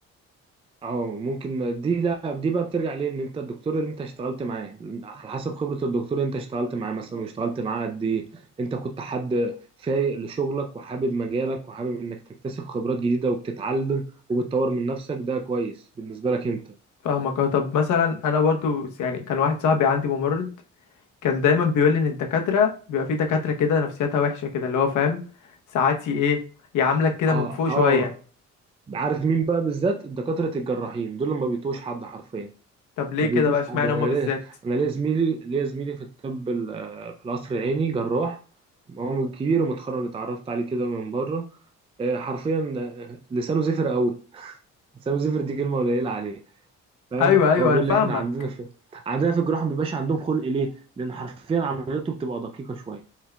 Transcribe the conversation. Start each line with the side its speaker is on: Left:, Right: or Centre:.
Right: اه ممكن دي لا دي بقى بترجع ليه ان انت الدكتور اللي انت اشتغلت معاه على حسب خبرة الدكتور اللي انت اشتغلت معاه مثلا واشتغلت معاه قد ايه انت كنت حد فايق لشغلك وحابب مجالك وحابب انك تكتسب خبرات جديدة وبتتعلم وبتطور من نفسك ده كويس بالنسبة لك انت
Left: فاهمك اه طب مثلا انا برضو يعني كان واحد صاحبي عندي ممرض كان دايما بيقول لي ان الدكاتره بيبقى في دكاتره كده نفسيتها وحشه كده اللي هو فاهم ساعات ي- ايه يعاملك كده
Right: اه
Left: من فوق شويه
Right: اه عارف مين بقى بالذات دكاترة الجراحين دول اللي ما بيتوش حد حرفيا
Left: طب ليه
Right: ما
Left: كده
Right: بيطيش
Left: بقى اشمعنى
Right: حد انا
Left: هما بالذات
Right: ليا انا ليا زميلي ليا زميلي في الطب ال- في القصر العيني جراح هو كبير ومتخرج اتعرفت عليه كده من بره آه، حرفيا آه، لسانه زفر قوي لسانه زفر دي كلمه قليله عليه فاهم
Left: ايوه ايوه
Right: هو بيقول
Left: انا فاهمك
Right: لي احنا عندنا في عندنا في الجراحه ما بيبقاش عندهم خلق ليه لان حرفيا عملياته بتبقى دقيقه شويه